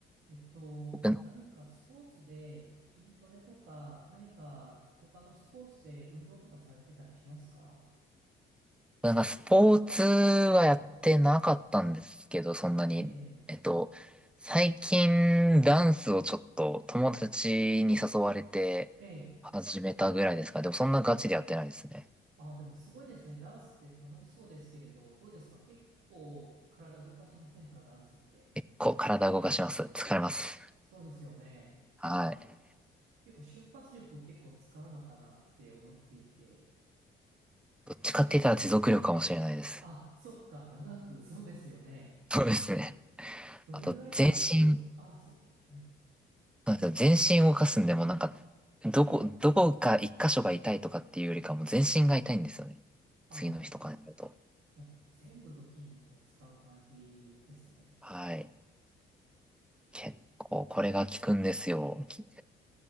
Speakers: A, on the right; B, in the centre.
A: えっと、
B: 僕
A: 何かスポーツで筋トレとか、何か他のスポーツで運動とかされてたりしますか
B: なんかスポーツはやってなかったんですけど、そんなに。
A: ええ、
B: えっと、最近ダンスをちょっと友達に誘われて始めたぐらいですか。
A: ええ。
B: でもそんなガチでやってないですね。
A: あ、でもすごいですね。ダンスって楽しそうですけれど、どうですか結構体動かしませんかダンスって。
B: 結構体動かします。疲れます。
A: そうですよね。
B: はい。
A: 結構瞬発力を結構使うのかなって思っていて。
B: どっちかって言ったら持続力かもしれないです。
A: あ、そっか。長く、そうですよね。
B: そうですね。
A: どれぐらい長く踊るあ、
B: あと、全身、
A: そっか。はい。
B: そうなんですよ。全身動かすんでもなんか、どこ、どこか一箇所が痛いとかっていうよりかも全身が痛いんですよね。
A: あ、
B: 次の日とかになると。
A: じゃあ全部の筋肉を使う感じですね。
B: はい。結構、これが効くんですよ。き